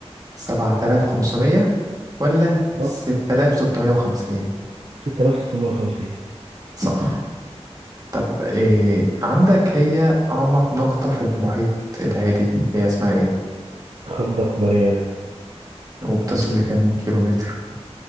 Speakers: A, on the right; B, on the right.
A: 7500 ولا
B: اه
A: 6650
B: 6650
A: صح طب إيه عندك هي أعمق نقطة في المحيط الهادي هي اسمها إيه؟
B: خندق ماريانا
A: وبتصل لكام كيلو متر؟